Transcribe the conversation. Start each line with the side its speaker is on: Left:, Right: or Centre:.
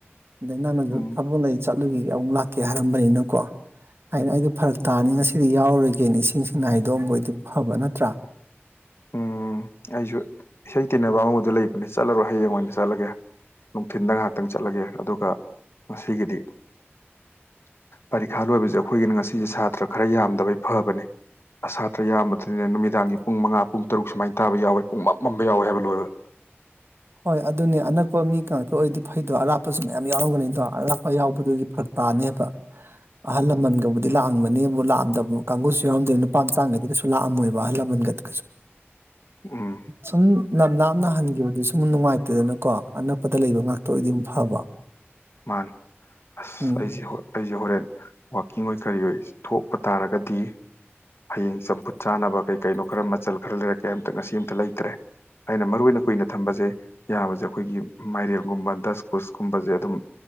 Right: ꯑꯗꯩ ꯅꯪꯅꯁꯨ
Left: ꯎꯝ
Right: ꯊꯕꯛ ꯂꯩ ꯆꯠꯂꯨꯒꯤꯒꯦ ꯑꯃꯨꯛ ꯂꯥꯛ ꯀꯦ ꯍꯥꯏꯔꯝꯕꯅꯤꯅꯀꯣ ꯑꯩꯅ ꯑꯩꯗꯣ ꯐꯔꯛ ꯇꯥꯅꯤ ꯉꯁꯤꯗꯤ ꯌꯥꯎꯔꯣꯏ ꯒꯦ ꯏꯁꯦꯡꯅ ꯍꯥꯏꯗꯣꯛ ꯑꯝꯕ ꯑꯣꯏꯗꯤ ꯐꯕ ꯅꯠꯇ꯭ꯔꯥ
Left: ꯎꯝ ꯑꯩꯁꯨ ꯏꯁꯩ ꯇꯤꯟꯅꯕ ꯑꯃꯕꯨꯗ ꯂꯩꯕꯅꯦ ꯆꯠꯂꯔꯣꯏ ꯍꯌꯦꯡ ꯑꯣꯏꯅ ꯆꯠꯂꯒꯦ ꯅꯨꯡꯊꯤꯟꯗ ꯉꯥꯏꯍꯥꯛꯇꯪ ꯆꯠꯂꯒꯦ ꯑꯗꯨꯒ ꯉꯁꯤꯒꯤꯗꯤ ꯄꯔꯤꯈꯥ ꯂꯣꯏꯕꯁꯦ ꯑꯩꯈꯣꯏꯒꯤꯅ ꯉꯁꯤꯁꯦ ꯁꯥꯇ꯭ꯔ ꯈꯔ ꯌꯥꯝꯗꯕꯩ ꯐꯕꯅꯦ ꯑ ꯁꯥꯇ꯭ꯔ ꯌꯥꯝꯕꯗꯨꯅꯤꯅ ꯅꯨꯃꯤꯗꯥꯡꯒꯤ ꯄꯨꯡ ꯃꯉꯥ ꯄꯨꯡ ꯇꯔꯨꯛ ꯁꯨꯃꯥꯏ ꯇꯥꯕ ꯌꯥꯎꯋꯦ ꯄꯨꯡ ꯃꯃꯝꯕ ꯌꯥꯎꯋꯦ ꯍꯥꯏꯕ ꯂꯣꯏꯕ
Right: ꯍꯣꯏ ꯑꯗꯨꯅꯤ ꯑꯅꯛꯄ ꯃꯤ ꯉꯥꯛꯇ ꯑꯣꯏꯔꯗꯤ ꯐꯩꯗꯣ ꯑꯔꯥꯞꯄꯁꯨ ꯃꯌꯥꯝ ꯌꯥꯎꯔꯝꯒꯅꯤꯗꯣ ꯑꯔꯥꯞꯄ ꯌꯥꯎꯕꯗꯨꯗꯤ ꯐꯔꯛ ꯇꯥꯅꯦꯕ ꯑꯍꯜ ꯂꯃꯟꯒꯕꯨꯗꯤ ꯂꯥꯛꯑꯝꯕꯅꯤꯕꯨ ꯂꯥꯛꯑꯝꯗꯕ ꯀꯥꯡꯒꯨꯁꯨ ꯌꯥꯎꯔꯝꯗꯣꯏ ꯅꯨꯄꯥ ꯃꯆꯥꯥꯡꯒꯩꯗꯤ ꯀꯩꯁꯨ ꯂꯥꯛꯑꯃꯣꯏꯕ ꯑꯍꯜ ꯂꯃꯟꯒꯗꯤ
Left: ꯎꯝ
Right: ꯁꯨꯝ ꯅꯝ ꯂꯥꯞꯅ ꯍꯟꯈꯤꯕꯗꯨꯁꯨ ꯅꯨꯡꯉꯥꯏꯇꯦꯗꯅꯀꯣ ꯑꯅꯛꯄꯗ ꯂꯩꯕ ꯉꯥꯛꯇ ꯑꯣꯏꯗꯤ ꯑꯃꯨꯛ ꯐꯕ
Left: ꯃꯥꯅꯦ ꯑꯁ
Right: ꯎꯝ
Left: ꯑꯩꯁꯦ ꯑꯩꯁꯦ ꯍꯣꯔꯦꯟ ꯋꯥꯛꯀꯤꯡ ꯑꯣꯏ ꯀꯔꯤ ꯑꯣꯏ ꯊꯣꯛ ꯄ ꯇꯥꯔꯒꯗꯤ ꯍꯌꯦꯡ ꯆꯝꯐꯨꯠ ꯆꯥꯅꯕ ꯀꯩ ꯀꯩꯅꯣ ꯈꯔ ꯃꯆꯜ ꯈꯔ ꯂꯩꯔꯛꯀꯦ ꯑꯃꯇ ꯉꯁꯤ ꯑꯃꯝꯇ ꯂꯩꯇ꯭ꯔꯦ ꯑꯩꯅ ꯃꯔꯨ ꯑꯣꯏꯅ ꯀꯨꯏꯅ ꯊꯝꯕꯁꯦ ꯌꯥꯕꯁꯦ ꯑꯩꯈꯣꯏꯒꯤ ꯃꯥꯏꯔꯦꯜꯒꯨꯝꯕ ꯗꯁ ꯀꯨꯁꯀꯨꯝꯕꯁꯦ ꯑꯗꯨꯝ